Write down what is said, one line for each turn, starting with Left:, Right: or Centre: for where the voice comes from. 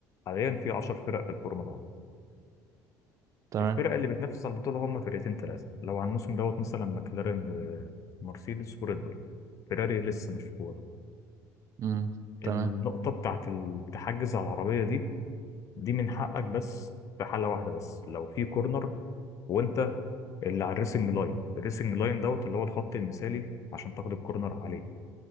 Left: حاليا في 10 فرق في الفورمولا 1
Right: تمام
Left: الفرق اللي بتنافس على البطوله هم فرقتين ثلاثه لو على الموسم دوت مثلا ماكلارين ومرسيدس وريد بول فيراري لسه مش في كوره
Right: امم تمام
Left: النقطه بتاعت التحجز على العربيه دي دي من حقك بس في حاله واحده بس لو في كورنر وانت اللي على الريسنج لاين الريسنج لاين دوت اللي هو الخط المثالي عشان تاخد الكورنر عليه